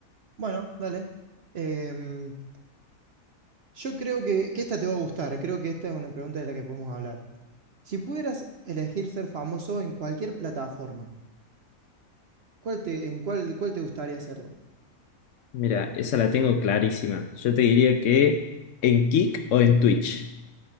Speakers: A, on the right; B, on the left.
A: Bueno, dale. Em, yo creo que, que esta te va a gustar, creo que esta es una pregunta de la que podemos hablar. Si pudieras elegir ser famoso en cualquier plataforma, ¿cuál te, en cuál, cuál te gustaría hacerlo?
B: Mira, esa la tengo clarísima. Yo te diría que en Kick o en Twitch.